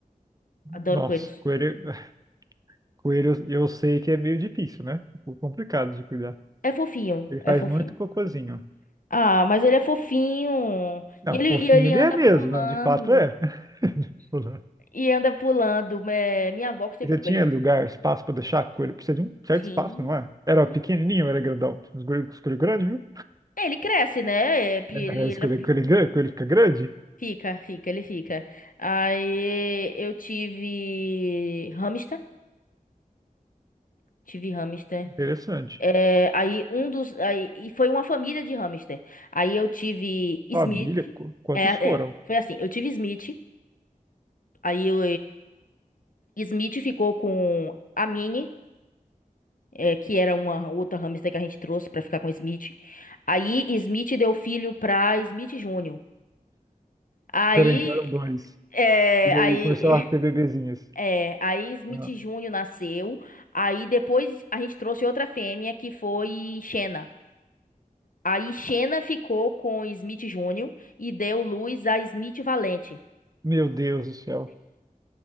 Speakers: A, on the left; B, on the right.
A: Adoro
B: Nossa,
A: coelhos.
B: coelho, <laughs> coelho eu sei que é meio difícil, né? Um pouco complicado de cuidar.
A: É fofinho,
B: Ele
A: é
B: faz
A: fofinho.
B: muito cocôzinho.
A: Ah, mas ele é fofinho.
B: Não,
A: E ele,
B: fofinho
A: e ele
B: ele
A: anda
B: é mesmo,
A: pulando.
B: não, de fato é. <laughs>
A: E anda pulando. É, minha avó que teve
B: Ele
A: um coelho.
B: tinha lugar, espaço para deixar a coelha, precisa de um certo
A: Tinha.
B: espaço, não é? Era
A: E-
B: pequenininho, ou era grandão. Escolheu escolheu grande, viu?
A: é, Ele cresce, né? É, pi-
B: É,
A: Ele
B: os
A: era
B: Escolheu
A: pi-
B: coelho grande, coelho fica grande.
A: fica, fica, ele fica. Aí eu tive hamster. Tive hamster.
B: Interessante.
A: É, aí um dos. Aí, e foi uma família de hamster. Aí eu tive Smith.
B: Família, qu- quantos
A: É,
B: foram?
A: é, foi assim. Eu tive Smith. Aí eu, Smith ficou com a Minnie, é, que era uma outra hamster que a gente trouxe pra ficar com Smith. Aí Smith deu filho pra Smith Júnior. Aí,
B: Peraí, então eram dois.
A: é,
B: E daí
A: aí,
B: começou a ter bebezinhas.
A: <laughs> é, aí Smith
B: Ah,
A: Júnior nasceu. Aí depois a gente trouxe outra fêmea que foi Xena. Aí Xena ficou com Smith Júnior e deu luz a Smith Valente.
B: Meu Deus do céu.